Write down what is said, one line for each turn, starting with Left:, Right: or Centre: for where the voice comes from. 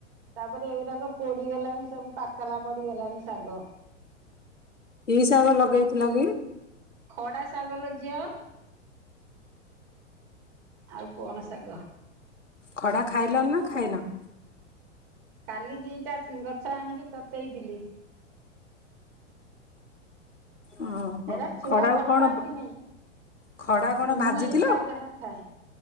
Right: ତାପରେ ଏଗୁଡା ତ ପୋଡିଗଲାଣି ସବୁ ପାକଲା ପଡିଗଲାଣି ଶାଗ।
Left: କି ସାଗ ଲଗେଇଥିଲ କି?
Right: ଖଡା ଶାଗ ଲୋ ଝିଅ। ଆଉ କଣ ଶାଗ?
Left: ଖଡ଼ା ଖାଇଲଣି ନା ଖାଇନ?
Right: କାଲି ଦିଟା ଗଛ ଆଣିକି ତତେଇଥିଲି।
Left: ଓହୋ
Right: ହେରା ଛୁଆ
Left: ଖଡାକୁ
Right: ଭଲ
Left: କଣ
Right: ପାଆନ୍ତି ନାଇଁ
Left: ଖଡା କଣ
Right: ମୁଁ
Left: ଭାଜିଥିଲ?
Right: ଏକା ଯାହା ଖାଏ।